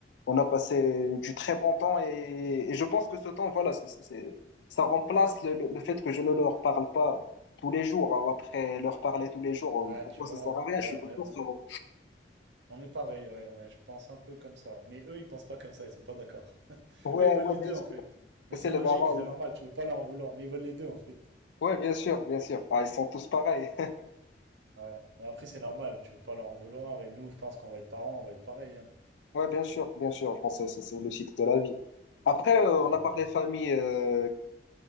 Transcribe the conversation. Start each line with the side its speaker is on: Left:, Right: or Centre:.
Left: on a passé du très bon temps et, et je pense que ce temps, voilà, c'est, c'est, c'est- ça remplace le, le, le fait que je ne leur parle pas tous les jours. hein. Après leur parler tous les jours,
Right: Ah,
Left: euh, pourquoi
Right: tu vois,
Left: ça sert à rien?
Right: ouais,
Left: Je suis
Right: on
Left: pas
Right: est, on
Left: sûr.
Right: On est pareil, ouais, ouais, je pense un peu comme ça. Mais eux, ils pensent pas comme ça, ils sont pas d'accord. <laughs>
Left: Ouais,
Right: Eux, ils veulent
Left: ouais,
Right: les deux,
Left: bien sûr,
Right: en fait. Mais
Left: c'est
Right: c'est
Left: les
Right: logique,
Left: parents.
Right: c'est normal, tu peux pas leur en vouloir, mais ils veulent les deux, en fait.
Left: Ouais, bien sûr, bien sûr. Ah, ils sont tous pareils.
Right: Ouais. Et après, c'est normal,
Left: <laughs>
Right: tu peux pas leur en vouloir, et nous, je pense qu'on va être parents, on va être pareil, hein.
Left: Ouais, bien sûr, bien sûr. En français, c'est c'est le cycle de la vie. Après, euh,
Right: Ouais.
Left: on a parlé famille, euh,